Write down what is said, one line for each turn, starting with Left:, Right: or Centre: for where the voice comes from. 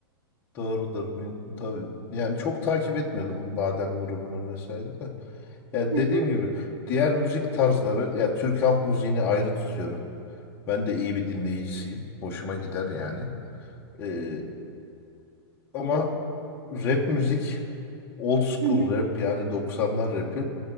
Left: Doğrudur. bir- Tabii. Yani çok takip etmiyordum Badem grubunu vesaire de. Ya
Right: Hı
Left: dediğim
Right: hı,
Left: gibi diğer müzik tarzları ya Türk halk müziğini ayrı tutuyorum. Ben de iyi bir dinleyicisiyim. Hoşuma gider yani. Ee, ama rap müzik old school
Right: hı hı,
Left: rap yani doksanlar rapi